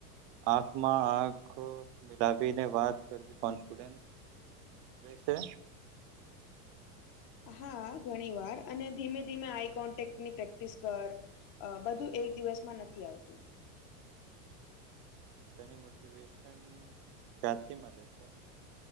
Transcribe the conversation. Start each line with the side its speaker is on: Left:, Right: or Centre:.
Right: આંખમાં આંખ અહહ મિલાવીને વાત કરવી, કોન્ફિડન્સ છે. <inaudible>
Left: હા ઘણી વાર અને ધીમે ધીમે આઈ કોન્ટેકની પ્રેક્ટિસ કર અહહ બધું એક દિવસમાં નથી આવતું
Right: તેને મોટિવેશન ક્યાંથી મળે છે.?